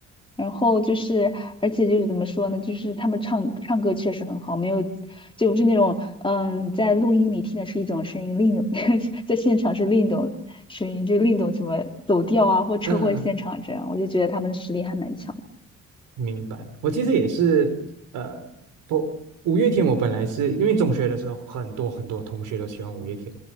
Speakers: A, on the left; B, on the right.
A: 然后就是，而且就是怎么说呢，就是他们唱唱歌确实很好，没有，就不是那种，嗯，你在录音里听的是一种声音，另一种 <laughs> 在现场是另一种声音，就是另一种什么走调啊，或车祸现场这样，
B: 嗯嗯，嗯
A: 我就觉得他们实力还蛮强的
B: 明白。我其实也是，呃，我五月天，我本来是因为中学的时候，很多很多同学都喜欢五月天，